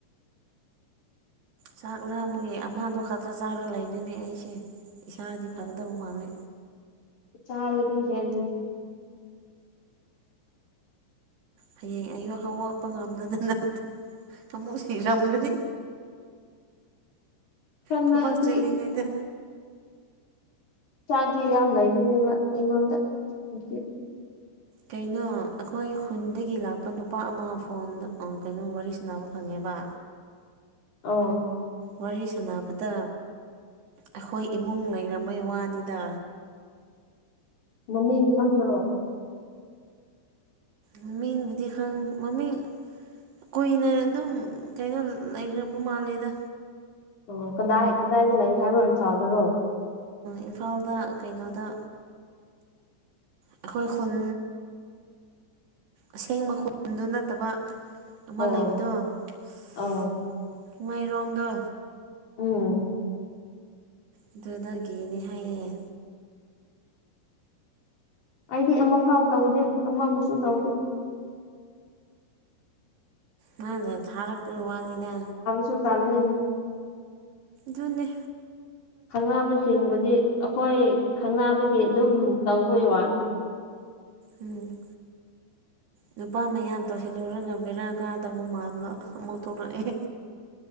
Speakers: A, on the right; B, on the left.
A: ꯆꯥꯛ ꯂꯥꯃꯒ ꯑꯃꯗꯣ ꯈꯛꯇ ꯆꯥꯔ ꯂꯩꯔꯤꯅꯦ ꯑꯩꯁꯦ ꯏꯁꯥꯗꯤ ꯐꯒꯗꯕ ꯃꯥꯜꯂꯦ
B: ꯆꯥꯗꯤ ꯑꯦ
A: ꯍꯌꯦꯡ ꯑꯌꯨ ꯍꯥꯎ ꯄꯉꯥꯝꯗꯗ ꯅꯠꯇꯦ ꯑꯃꯨꯛ ꯁꯤꯔꯝꯒꯅꯤ
B: ꯈꯔ
A: ꯊꯃꯛ
B: ꯅꯛꯑꯗꯤ
A: ꯆꯂꯤꯉꯗ
B: ꯆꯥꯗꯤ ꯌꯥꯝ ꯂꯩꯒꯅꯦꯕ ꯑꯩꯉꯣꯟꯗ ꯍꯧ
A: ꯀꯩꯅꯣ ꯑꯩꯈꯣꯏ ꯈꯨꯟꯗꯒꯤ ꯂꯥꯛꯄ ꯅꯨꯄꯥ ꯑꯃ ꯐꯣꯟꯗ ꯀꯩꯅꯣ ꯋꯥꯔꯤ ꯁꯅꯕ ꯐꯪꯉꯦꯕ
B: ꯑꯣ
A: ꯋꯥꯔꯤ ꯁꯥꯟꯅꯕꯗ ꯑꯩꯈꯣꯏ ꯏꯃꯨꯡ ꯂꯩꯔꯝꯝꯕꯣꯏ ꯋꯥꯅꯤꯗ
B: ꯃꯃꯤꯡ ꯈꯪꯕ꯭ꯔꯣ
A: ꯃꯃꯤꯡꯕꯨꯗꯤ ꯈꯪ ꯃꯃꯤꯡ ꯀꯨꯏꯅ ꯑꯗꯨꯝ ꯀꯩꯅꯣ ꯂꯩꯈ꯭ꯔꯕ ꯃꯥꯜꯂꯦꯗ
B: ꯑꯣ ꯀꯗꯥꯏ ꯀꯗꯥꯏꯗ ꯂꯩ ꯍꯥꯏꯔꯣ ꯏꯝꯐꯥꯜꯗꯨꯔꯣ
A: ꯏꯝꯐꯥꯜꯗ ꯀꯩꯅꯣꯗ ꯑꯩꯈꯣꯏ ꯈꯨꯟ ꯑꯁꯦꯡꯕ ꯈꯨꯟꯗꯨ ꯅꯠꯇꯕ ꯑꯃ
B: ꯑꯣ
A: ꯂꯩꯕꯗꯣꯃꯥꯏꯔꯣꯡꯗꯣ
B: ꯑꯧ ꯑꯣ
A: ꯑꯗꯨꯗꯒꯤꯅꯦ ꯍꯥꯏꯌꯦꯦ
B: ꯑꯩꯗꯤ ꯑꯃꯐꯥꯎ ꯇꯧꯗꯦ ꯑꯃꯕꯨꯁꯨ ꯇꯧꯗꯦ
A: ꯃꯥꯗ ꯊꯥꯔꯛꯄꯒꯤ ꯋꯥꯅꯤꯗ
B: ꯁꯨꯇꯥꯔꯂ
A: ꯖꯅꯤ
B: ꯈꯪꯕꯁꯤꯡꯕꯨꯗꯤ ꯑꯩꯈꯣꯏ ꯈꯪꯕꯒꯤ ꯑꯗꯨꯝ ꯇꯧꯕꯩ ꯋꯥꯅꯤ
A: ꯎꯝ ꯅꯨꯄꯥ ꯃꯌꯥ ꯇꯧꯁꯤꯜꯂꯨꯔꯒ ꯕꯦꯔꯥ ꯀꯥꯗꯕ ꯃꯥꯟꯕ ꯑꯃꯨꯛ ꯊꯣꯛꯂꯛꯑꯦ